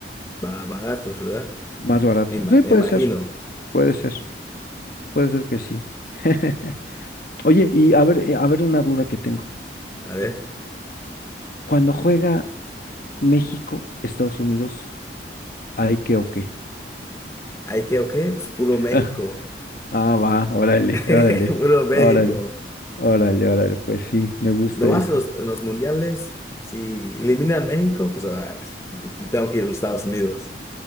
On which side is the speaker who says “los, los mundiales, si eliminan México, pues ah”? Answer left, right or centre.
Left